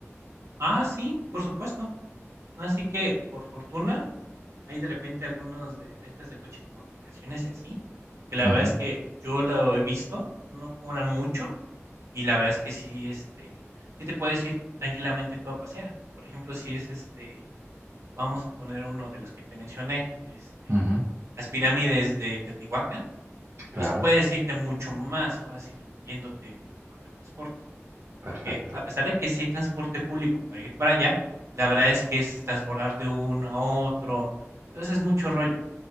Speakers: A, on the right; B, on the right.
A: Ah, sí, por supuesto. Así que, por fortuna, hay de repente algunos de rentas de coche como aplicaciones y así, que la
B: Ujú,
A: verdad es que yo lo he visto, no cobran mucho y la verdad es que sí, este, sí te puedes ir tranquilamente tú a pasear. Por ejemplo, si es este, vamos a poner uno de los que te mencioné, este,
B: ujú,
A: las pirámides de Teotihuacán Pues
B: Claro,
A: puedes irte mucho más fácil yéndote en tu propio transporte.
B: perfecto,
A: Porque a pesar de que sí hay transporte público para ir para allá, la verdad es que es transbordar de uno a otro. Entonces es mucho rollo.